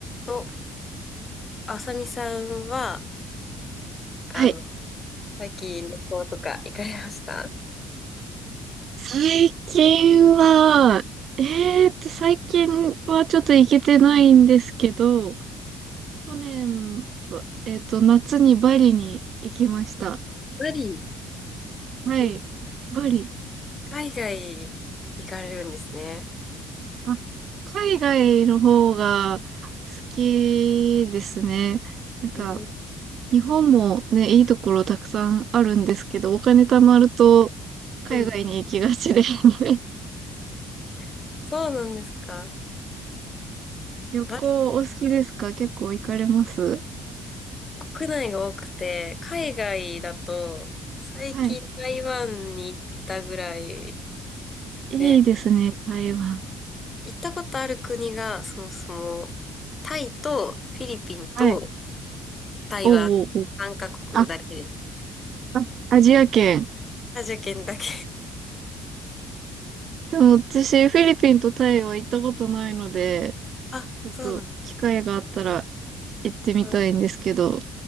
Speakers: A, on the left; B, on the right.
A: と、あさみさんは、あの、
B: はい。
A: 最近旅行とか行かれました
B: 最近は、えーっと、最近はちょっと行けてないんですけど、去年、ばえーっと、夏にバリに行きました。
A: バリ
B: はい。
A: で
B: バリ。
A: 海外行かれるんですね。
B: あ、海外の方が好きですね。なんか、
A: えー
B: 日本もね、いいところたくさんあるんですけど、お金貯まると海外に行きがちで
A: うん。
B: <laughs>
A: <laughs> そうなんですか。
B: 旅行お好きですか結構行かれます
A: バリ国内が多くて、海外だと、最近台湾に行ったぐらい
B: はい。いいですね、
A: で、
B: 台湾。
A: 行ったことある国が、そもそも、タイとフィリピンと
B: はい。
A: 台湾、
B: おうおうおう。
A: 3カ国だけです。
B: あ、あ、アジア圏。
A: アジア圏だけ。
B: でも私、フィリピンとタイは行ったことないので、
A: あ、
B: ちょっと機会があったら
A: そうなんですね。
B: 行ってみたいんですけど。
A: あ